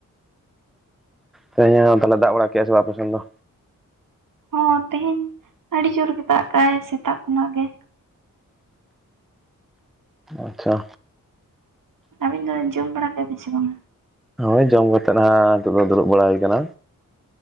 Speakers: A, in the centre; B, on the right (about 70°).
A: ᱛᱮᱦᱮᱧ ᱛᱟᱦᱚᱞᱮ ᱫᱟᱜ ᱵᱟᱲᱟ ᱠᱮᱜ- ᱟ ᱛᱟᱦᱞᱮ ᱥᱮ ᱵᱟᱝ ᱟᱯᱮᱥᱮᱱ ᱫᱚ?
B: ᱦᱚᱸ ᱛᱮᱦᱮᱧ ᱟᱹᱰᱤ ᱡᱳᱨ ᱜᱮ ᱫᱟᱜ ᱠᱟᱼᱟᱭ ᱥᱮᱛᱟᱜ ᱠᱷᱚᱱᱟᱜ ᱜᱮ᱾
A: ᱟᱪᱪᱷᱟ᱾
B: ᱟᱹᱵᱤᱱ ᱫᱚ ᱡᱚᱢ ᱵᱟᱲᱟ ᱠᱮᱜ-ᱟ ᱵᱤᱱ ᱥᱮ ᱵᱟᱝᱟ?
A: ᱦᱳᱭ ᱡᱚᱢ ᱠᱟᱛᱮᱫ ᱦᱟᱸᱜ ᱱᱤᱛᱚᱜ ᱫᱚ ᱫᱩᱲᱩᱵ ᱵᱟᱲᱟ ᱦᱩᱭ ᱠᱟᱱᱟ᱾